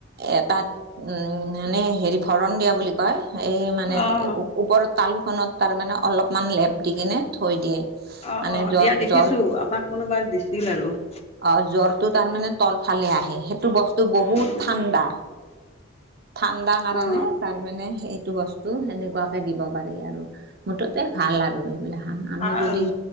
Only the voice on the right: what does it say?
এটাত উম মানে হেৰি ভৰণ দিয়া বুলি কয় এই মানে।
ওপৰৰত তালো খত তাৰ মানে অলপমান লেপ দি কিনে থৈ দিয়ে।
মানে
জ্বৰ
জ্বৰ
অ জ্বৰটো তাৰমানে তলফালে আহে, সেইটো বস্তু বহুত
ঠাণ্ডা। ঠাণ্ডা কাৰণে
তাৰ মানে এইটো বস। তো সেনেকুৱাকে দিব পাৰি আৰু মুঠতে ভাল আৰু এইবিলাখান, আমি
যদি।